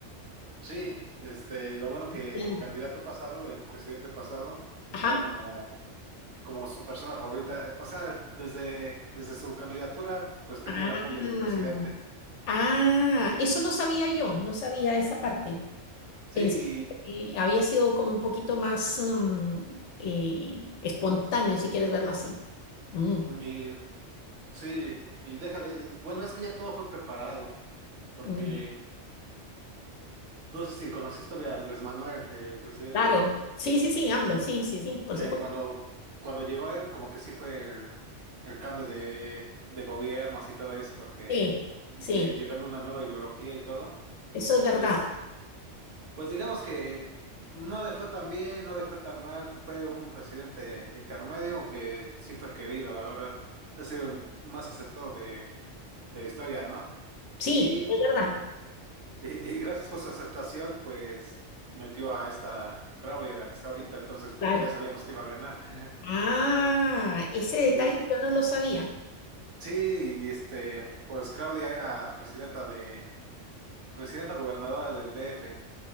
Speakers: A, on the right; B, on the left.
A: sí, este, lo bueno que
B: Bien.
A: candidato pasado, el presidente pasado,
B: Ajá.
A: era como, como su persona favorita, o sea, desde, desde su candidatura, pues tenía
B: Ah,
A: el apoyo del presidente.
B: ah, eso no sabía yo, no sabía esa parte. Pensé
A: Sí,
B: que había sido como un poquito más mm, eh, espontáneo, si quieres verlo así. Mm,
A: y, y sí, y déjale, bueno, es que ya todo fue preparado, porque
B: mm.
A: no sé si conociste a Andrés Manuel, el presidente.
B: Claro, sí, sí, sí, AMLO, sí, sí, sí, por
A: eh,
B: supuesto.
A: cuando, cuando llegó él, como que sí fue el, el cambio de, de gobiernos y todo eso, porque
B: Sí,
A: lle-
B: sí,
A: llegando una nueva ideología y todo,
B: eso es verdad.
A: pues, pues digamos que no le fue tan bien, no le fue tan mal, fue un presidente intermedio, aunque sí fue querido, la verdad. Ha sido el más aceptado de, de la historia, ¿no?
B: Sí,
A: Y,
B: es
A: <laughs>
B: verdad,
A: y, y gracias por su aceptación, pues metió a esta Crowley, a la que está ahorita, entonces pues
B: claro.
A: ya sabíamos que iba a ganar. <laughs>
B: Ah, ese detalle
A: Y,
B: yo no lo sabía.
A: Sí, y este, pues Claudia era presidenta de, presidenta gobernadora del DF,